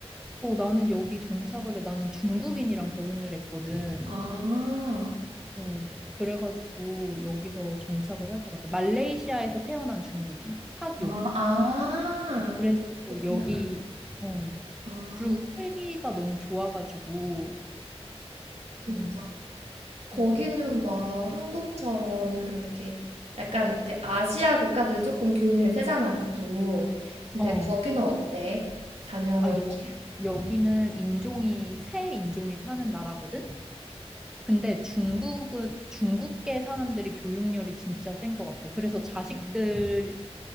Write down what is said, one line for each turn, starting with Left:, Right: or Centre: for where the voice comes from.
Centre: 어, 나는 여기 정착을 해. 나는 중국인이랑 결혼을 했거든.
Right: 아.
Centre: 어, 그래가지고 여기서 정착을 할 것 같아. 말레이시아에서 태어난 중국인, 화교.
Right: 아 아.
Centre: 그래서 또
Right: 그렇구나.
Centre: 여기, 어,
Right: 아.
Centre: 그리고 살기가 너무 좋아가지고,
Right: 진짜.
Centre: 음,
Right: 거기는
Centre: 어,
Right: 막 한국처럼 그렇게 약간 이제 아시아 국가들은 조금 교육률이 세잖아, 보통. 근데
Centre: 어.
Right: 거기는 어때? 자녀
Centre: 아, 여기,
Right: 기
Centre: 여기는 인종이, 새 인종이 사는 나라거든? 근데 중국은, 중국계 사람들이 교육열이 진짜 센 것 같아. 그래서 자식들을
Right: 음.